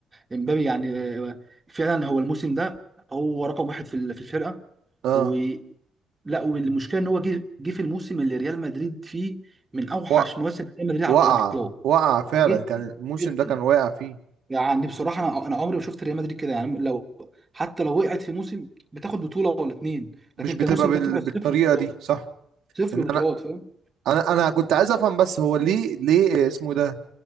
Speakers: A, on the right; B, on the right.
A: امبابي يعني آه، فعلا هو الموسم ده هو رقم واحد في ال- في الفرقه
B: اه
A: ولا والمشكله ان هو جه جه في الموسم اللي ريال مدريد فيه من اوحش
B: و-
A: مواسم ريال مدريد على
B: وقع
A: الاطلاق
B: وقع فعلا
A: جدا
B: كان الموسم
A: جدا
B: ده كان واقع فيه
A: يعني بصراحه انا انا عمري ما شفت ريال مدريد كده يعني لو حتى لو وقعت في موسم بتاخد بطوله ولا اتنين
B: مش
A: لكن انت
B: بتبقى
A: الموسم
B: بال...
A: ده طلع
B: بالطريقه
A: صفر بطولات
B: دي صح
A: صفر
B: ان
A: بطولات
B: انا
A: فاهم
B: انا انا كنت عايز افهم بس هو ليه ليه اسمه ده